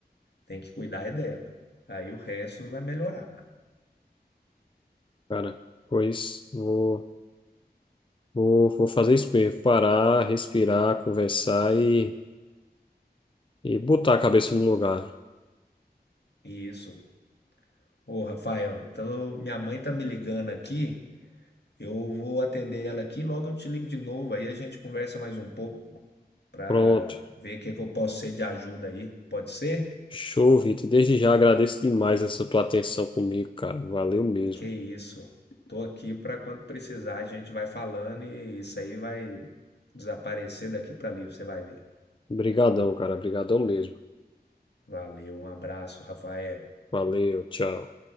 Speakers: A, on the left; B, on the left.
A: Tem que cuidar é dela. Aí o resto vai melhorar.
B: Cara, pois vou, vou, vou fazer isso mesmo, parar, respirar, conversar e, e botar a cabeça no lugar.
A: Isso. Ô, Rafael, tô- minha mãe tá me ligando aqui. Eu vou atender ela aqui, logo eu te ligo de novo. Aí a gente conversa mais um pouco pra
B: Pronto.
A: ver o que que eu posso ser de ajuda aí. Pode ser?
B: Show, Vitor. Desde já agradeço demais essa tua atenção comigo, cara. Valeu mesmo.
A: Que isso. Tô aqui pra quando precisar, a gente vai falando e isso aí vai desaparecer daqui pra ali, você vai ver.
B: Obrigadão, cara. Obrigadão mesmo.
A: Valeu, um abraço, Rafael.
B: Valeu, tchau.